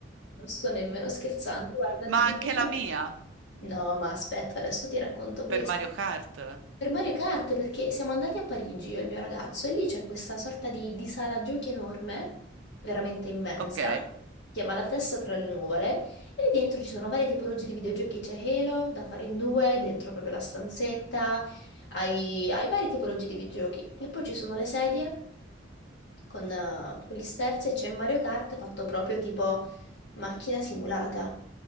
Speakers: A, on the left (about 65°); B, on the right (about 90°).
A: Non sto nemmeno scherzando, guarda,
B: Ma
A: ti dico
B: anche
A: solo...
B: la mia
A: No, ma aspetta, adesso ti racconto questo.
B: per Mario Kart.
A: Per Mario Kart, perché siamo andati a Parigi io e il mio ragazzo e lì c'è questa sorta di, di sala giochi enorme, veramente immensa,
B: Ok,
A: si chiama La testa tra le nuvole, e lì dentro ci sono varie tipologie di videogiochi, c'è Halo da fare in due, dentro proprio la stanzetta, hai, hai varie tipologie di videogiochi e poi ci sono le sedie con, eh, con gli sterzi e c'è Mario Kart fatto proprio tipo macchina simulata.